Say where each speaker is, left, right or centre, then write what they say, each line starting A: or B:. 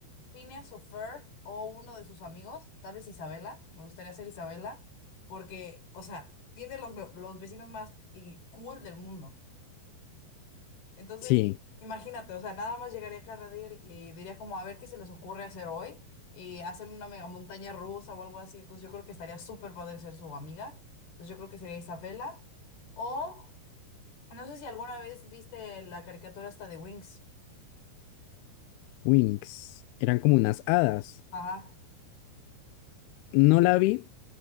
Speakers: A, on the left (about 65°); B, on the left (about 80°).
A: Phineas o Ferb o uno de sus amigos, tal vez Isabela, me gustaría ser Isabela, porque, o sea, tiene los, ve- los vecinos más y cool del mundo. Entonces,
B: Sí,
A: imagínate, o sea, nada más llegaría cada día y diría como a ver qué se les ocurre hacer hoy y hacen una mega montaña rusa o algo así. Entonces, yo creo que estaría súper padre ser su amiga. Entonces, yo creo que sería Isabela. O no sé si alguna vez viste la caricatura hasta de Wings.
B: Wings. Eran como unas hadas.
A: Ajá,
B: No la vi,